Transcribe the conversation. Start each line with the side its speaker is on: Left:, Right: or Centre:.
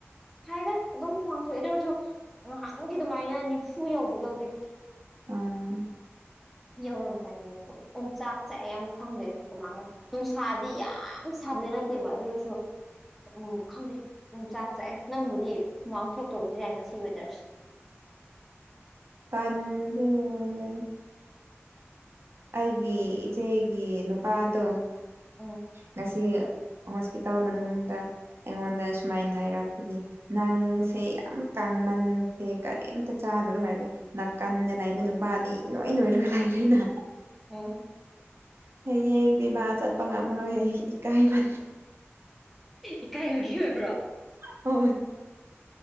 Centre: ꯁꯥꯏꯗꯥ ꯑꯗꯨꯝ ꯍꯨꯃꯥꯡꯊꯣꯛꯑꯦ ꯑꯗꯨ ꯑꯣꯏꯔꯁꯨ ꯉꯥꯍꯥꯟꯃꯨꯛꯀꯤ ꯑꯗꯨꯃꯥꯏꯅ ꯅꯤꯐꯨ ꯌꯧꯕꯇꯧꯗꯦ
Right: ꯎꯝ
Centre: ꯌꯧꯔꯝꯗꯥꯏꯒꯤ ꯑꯣꯝ ꯆꯥꯛ ꯆꯥꯛꯑꯦ ꯌꯥꯝ ꯈꯪꯗꯦ ꯑꯩꯁꯨ ꯀꯃꯥꯏ ꯅꯨꯡꯁꯥꯗꯤ ꯌꯥꯝ ꯁꯥꯕꯗꯤ ꯅꯠꯇꯦꯕ ꯑꯗꯨ ꯑꯣꯏꯔꯥꯁꯨ ꯎꯝ ꯈꯪꯗꯦ ꯑꯣꯝꯆꯥꯛ ꯆꯥꯛꯑꯦ ꯅꯪꯕꯨꯗꯤ ꯍꯨꯃꯥꯡ ꯊꯣꯛꯇꯥꯕꯁꯨ ꯌꯥꯏ ꯉꯥꯁꯤ ꯋꯦꯗꯔꯁꯦ
Right: ꯇꯟꯕꯥꯗꯨ ꯑꯣꯏꯌꯦ ꯑꯩꯒꯤ ꯏꯆꯦꯒꯤ ꯅꯨꯄꯥꯗꯣ
Centre: ꯎꯝ
Right: ꯉꯥꯁꯤ ꯍꯣꯁꯄꯤꯇꯥꯜ ꯃꯅꯨꯡꯗꯥ ꯑꯩꯉꯣꯟꯗ ꯁꯨꯃꯥꯏꯅ ꯍꯥꯏꯔꯛꯄꯒꯤ ꯅꯪꯁꯦ ꯌꯥꯝ ꯀꯥꯡꯃꯟꯈꯔꯦ ꯀꯔꯤꯝꯇꯥ ꯆꯥꯗꯔꯣ ꯍꯥꯏꯕꯅꯤ ꯅꯥꯀꯟꯗꯥ ꯂꯩꯕ ꯅꯨꯄꯥꯗꯤ ꯏꯅꯣꯏ ꯅꯣꯏꯔꯒꯥ ꯂꯩꯔꯦꯅꯥ
Centre: ꯎꯝ
Right: ꯍꯌꯦꯡꯗꯤ ꯃꯥ ꯆꯠꯄ ꯉꯝꯃꯥꯔꯣꯏ ꯍꯥꯏꯌꯦ ꯏꯀꯥꯏꯕ
Centre: ꯏꯀꯥꯏꯕꯒꯤ ꯑꯣꯏꯕ꯭ꯔꯣ
Right: ꯍꯣꯏ